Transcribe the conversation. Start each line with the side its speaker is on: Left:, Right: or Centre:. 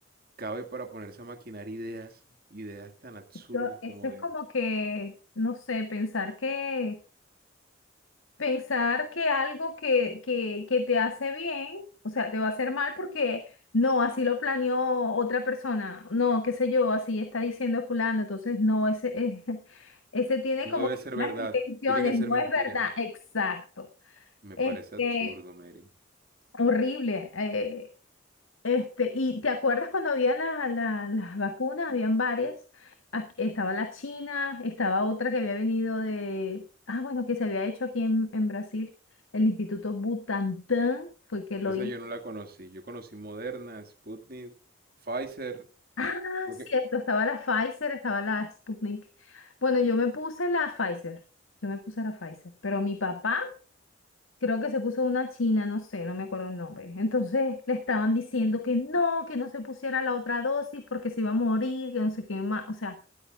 Right: cabe para ponerse a maquinar ideas, ideas tan absurdas
Left: Eso, eso
Right: como
Left: es
Right: de
Left: como que, no sé, pensar que, pensar que algo que, que, que te hace bien, o sea, te va a hacer mal porque no, así lo planeó otra persona, no, qué sé yo, así está diciendo fulano, entonces no, ese, <laughs> ese tiene
Right: No
Left: como
Right: debe
Left: que
Right: ser
Left: unas
Right: verdad,
Left: intenciones,
Right: tiene que ser
Left: no
Right: mentira.
Left: es verdad, exacto.
Right: Me
Left: Este,
Right: parece absurdo, Mary.
Left: horrible. eh, Este, y te acuerdas cuando había la- la- las vacunas, habían varias. Aquí- estaba la China, estaba otra que había venido de, ah, bueno, que se había hecho aquí en, en Brasil, el Instituto Butantan fue que lo
Right: Esa
Left: hizo.
Right: yo no la conocí. Yo conocí Moderna, Sputnik, Pfizer.
Left: <laughs> Ah,
Right: Lo
Left: cierto,
Right: que...
Left: estaba la Pfizer, estaba la Sputnik. Bueno, yo me puse la Pfizer, yo me puse la Pfizer, pero mi papá creo que se puso una china, no sé, no me acuerdo el nombre. Entonces le estaban diciendo que no, que no se pusiera la otra dosis porque se iba a morir, que no sé qué más. O sea,